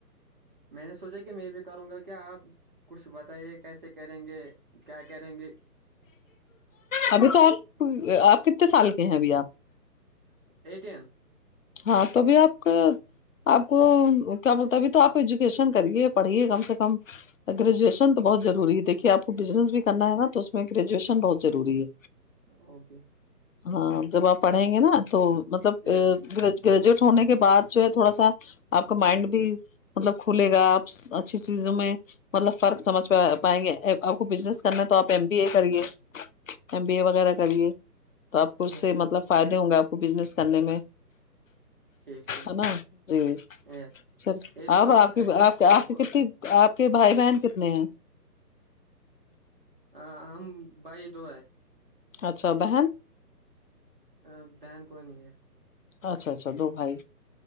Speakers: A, on the right; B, on the left.
A: میں نے سوچا کہ میں بھی کروں گا کیا آپ کچھ بتائیے کیسے کریں گے کیا کریں گے
B: ابھی تو آپ آپ کتنے سال کے ہیں ابھی آپ
A: ایٹین
B: ہاں توبھی آپ آپ کو کیا بولتا ابھی تو آپ ایجوکیشن کریے پڑھیے کم سے کم گریجویشن تو بہت ضروری ہے دیکھیے آپ کو بزنس بھی کرنا ہے نا تو اس میں گریجویشن بہت ضروری ہے
A: اوکے
B: ہاں جب آپ پڑھیں گے نا تو مطلب
A: یس
B: ا گریجویٹ ہونے کے بعد جو ہے تھوڑا سا آپ کا مائنڈ بھی مطلب کھلے گا آپ اچھی چیزوں میں مطلب فرق سجھ پائیں گے آپ کو بزنس کرنا ہے تو آپ ایم بی ا کریے ایم بی اے وغیرہ کریے تو آپ کو اس
A: اوکے
B: سے
A: اوکے
B: مطلب فائدے ہوں گے آپ کو بزنس کرنے میں
A: ٹھیک ٹھیک
B: ہے نا جی
A: یس
B: چل
A: یہ
B: اور
A: تو
B: آپ کی
A: ایج
B: آپ کے
A: تو
B: آپ
A: ب-
B: کی کتنی آپ کے بھائی بہن کتنے ہیں
A: ہ ہم بھائی دو ہے
B: اچھا بن
A: ا بہن کوئی نہیں ہے
B: اچھا اچھا دو بھائی